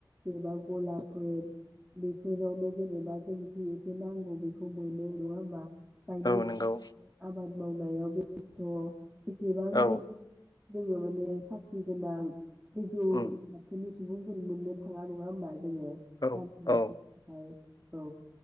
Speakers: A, on the right; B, on the left.
A: जेनेबा गलाफोर बेफोरावनो जेनेबा जों जि एसे नांगौ बेखौ मोनो नङा होमबा। गायनाय
B: औ
A: फुनाय
B: नंगौ
A: आबाद माव नायाव बेसथ' बेसेबांबो
B: औ
A: जोङो माने साख्रि गोनां गोजौ
B: उम
A: थाखोनि सुबुंफोर मोननो थाङा नङा होमबा जोङो
B: औ
A: फाय
B: औ
A: औ